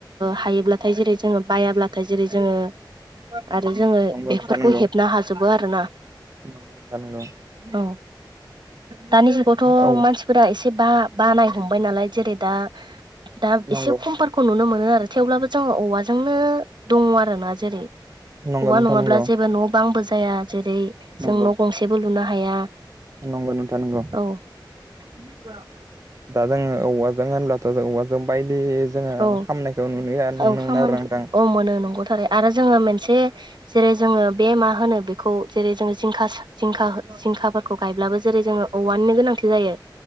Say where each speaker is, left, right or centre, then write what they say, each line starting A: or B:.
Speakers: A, on the right; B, on the right.
A: हायोब्लाथाय जेरै जोङो बायाब्लाथाय जेरै जोङो आरो जोङो
B: नंगौ
A: बेफोरखौ
B: नोंथां नंगौ
A: हेबनो हाजोबो आरोना।
B: नंगौ नोंथां नंगौ
A: औ दानि जुगावथ'
B: औ
A: मानसिफोरा एसे बा बानाय हमबाय नालाय जेरै दा दा
B: नंगौ
A: एसे खमफोरखौ नुनो मोन थेवब्लाबो जोंङो औवाजोंनो दङ आरोना जेरै
B: नंगौ
A: औवा
B: नोंथां
A: नङाब्ला
B: नंगौ
A: जेबो न' बांबो जाया जेरै
B: नंगौ
A: जों न' गंसेबो लुनो हाया।
B: नंगौ नोंथां नंगौ।
A: औ <unintelligible>
B: दा जोंङो औवाजों होनब्लाथ' जों औवाजों बायदि। जोङो
A: औ
B: खामनायखौ नुयो नुनो
A: औ खामानिखौ
B: मोनो आरो नोंथां
A: औ मोनो नंगौथार आरो जोङो मोनसे जेरै जोङो बे मा होनो बेखौ जेरै जोङो जिंगाखास जिंखा जिंखाफोरखौ गायब्लाबो जेरै जोङो औवानिनो गोनांथि जायो।